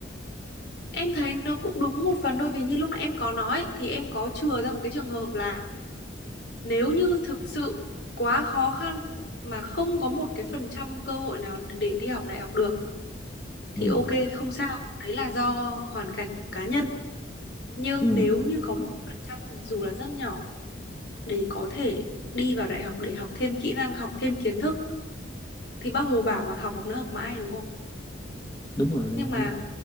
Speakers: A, on the left; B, on the left.
A: Em thấy nó cũng đúng một phần thôi vì như lúc nãy em có nói thì em có chừa ra một cái trường hợp là nếu như thực sự quá khó khăn mà không có một cái phần trăm cơ hội nào để đi học đại học được thì
B: ừ
A: ok không sao đấy là do hoàn cảnh cá nhân nhưng
B: ừ
A: nếu như có một phần trăm dù là rất nhỏ để có thể đi vào đại học để học thêm kỹ năng học thêm kiến thức thì bác Hồ bảo mà học học nữa học mãi đúng không
B: đúng rồi
A: nhưng mà
B: ừ